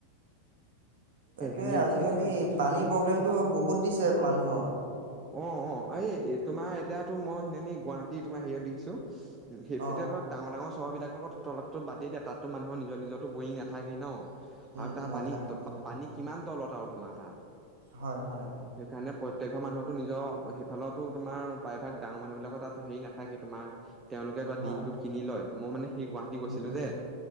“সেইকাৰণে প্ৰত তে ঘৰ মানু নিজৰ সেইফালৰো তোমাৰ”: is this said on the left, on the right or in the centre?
Right